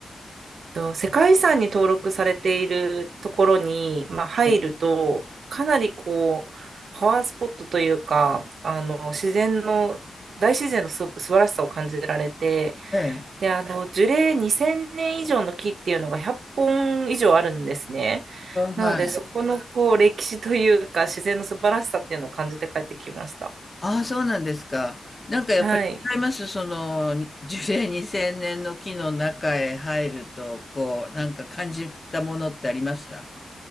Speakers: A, on the right (about 80°); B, on the left (about 25°).
A: と、世界遺産に登録されているところに、まあ、入ると、
B: ええ。
A: かなりこう、パワースポットというか、あの、自然の、大自然のす素晴らしさを感じられて、
B: ええ
A: で、あの、樹齢2000年以上の木っていうのが100本以上あるんですね。なので、
B: はい。
A: そこのこう、歴史というか、自然の素晴らしさっていうのを感じて帰ってきました。
B: ああ、そうなんですか。なんかやっぱり違います。
A: はい。
B: その、に樹齢2000年の木の中へ入ると、こう、なんか感じたものってありました